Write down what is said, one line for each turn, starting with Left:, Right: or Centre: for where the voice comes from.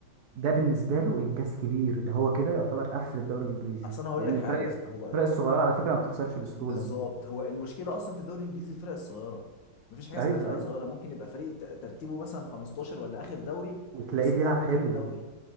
Right: ده بالنسبة له إنجاز كبير ده هو كده يعتبر قفل الدوري الإنجليزي
Left: اصل انا هقول
Right: لأن
Left: لك
Right: الفرق
Left: حاجه هو
Right: الفرق الصغيرة على فكرة ما بتخسرش بسهولة
Left: بالظبط هو المشكله اصلا في الدوري الانجليزي الفرق الصغيره مفيش حاجه اسمها
Right: ايوه
Left: فرقه
Right: ايوه
Left: صغيره ممكن يبقى فريق ت- ترتيبه مثلا 15 ولا اخر دوري
Right: وتلاقيه
Left: ويكسب
Right: بيلعب
Left: اول
Right: حلو
Left: وتاني دوري